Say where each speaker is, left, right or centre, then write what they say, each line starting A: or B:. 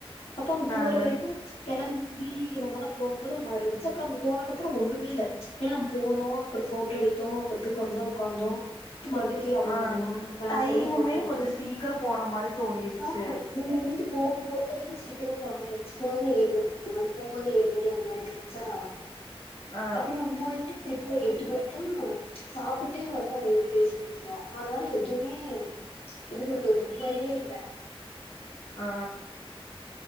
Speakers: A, on the left; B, on the left.
A: அப்ப அங்க
B: ஆ
A: போர
B: ஆ
A: வரைக்கூ கெளம்பி நம்மலா போகும்போது ஒரு மார் இருந்துச்சு அப்புறோ அங்க போனக்கப்பறோ ஒண்ணுமே இல்ல ஏனா நம்ம போனோ அப்புறோ போட்டோ எடுத்தோ அப்புறோ போய் கொஞ்சோ நேரோ உக்காந்தோ அடுத்து மறுடி போய் <unintelligible>
B: ஆ
A: மேம்
B: டைமுமே
A: கூடலா ஃபோட்டோ எடுத்தோ
B: கொஞ்சோ சீக்கிரோ போன மாரி தோணிருச்சு
A: ஆ இங்கேருந்து போகும்போது சீக்கிரமா போன மாரி ஆச்சு போனது ஏழு மணி போகும்போது ஏழு மணி அந்த மாரி அயிடிச்சா
B: ஆ
A: அப்பிடி நம்ம போயிட்டு திருப்பி ஒரு எட்டு மணிக்கு சாப்பிட்டே வந்து அங்க இருந்து பேசிட்ருந்தோ ஆனாலே துணி <unintelligible> இது மாரியே இல்ல
B: ஆ